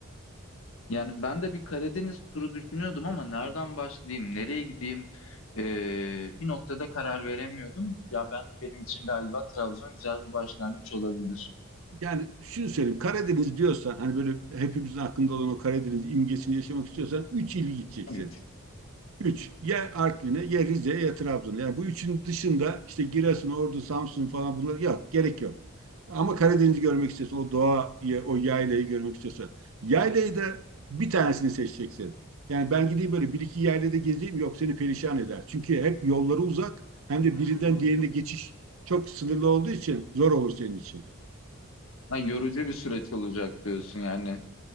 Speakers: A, on the left; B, on the right.
A: Yani ben de bir Karadeniz turu düşünüyordum ama nereden başlayayım, nereye gideyim ee, bir noktada karar veremiyordum. Ya ben benim için galiba Trabzon güzel bir başlangıç olabilir.
B: Yani şunu söyleyeyim Karadeniz diyorsan hani böyle hepimizin aklında olan o Karadeniz imgesini yaşamak istiyorsan 3 il gideceksin.
A: Evet.
B: Üç, ya Artvin'e, ya Rize'ye, ya Trabzon'a. Yani bu üçün dışında işte Giresun, Ordu, Samsun falan bunlar yok. Gerek yok. Ama Karadeniz'i görmek istiyorsan, o doğayı, o yaylayı görmek istiyorsan. Yaylayı da bir tanesini seçeceksin. Yani ben gideyim böyle bir iki yaylada gezeyim yok seni perişan eder. Çünkü hep yolları uzak hem de birinden diğerine geçiş çok sınırlı olduğu için zor olur senin için.
A: Ha, yorucu bir süreç olacak diyorsun yani.